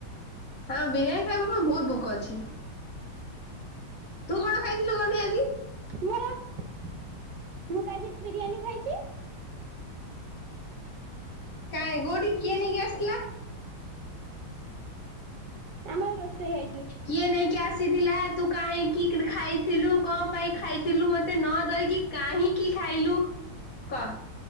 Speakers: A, on the left; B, on the right.
A: ହଁ ବିରିୟାନୀ ଖାଇବା ପାଇଁ ବହୁତ ଭୋକ ଅଛି। ତୁ କଣ ଖାଇଥିଲୁ କହନି ଆଜି?
B: ମାମା ମୁଁ ପା ଆଜି ବିରିୟାନୀ ଖାଇଚି।
A: କାଁଇ କୋଉଠି କିଏ ନେଇକି ଆସିଥିଲା?
B: ଆମର ରୋଷଇ ହେ
A: କିଏ ନେଇକି ଆସିଥିଲା ତୁ କାହିଁକି କ୍ରି ଖାଇଥିଲୁ କଣ ପାଇଁ ଖାଇଥିଲୁ ମତେ ନ ଦେଇକି କାହିଁକି ଖାଇଲୁ? କହ।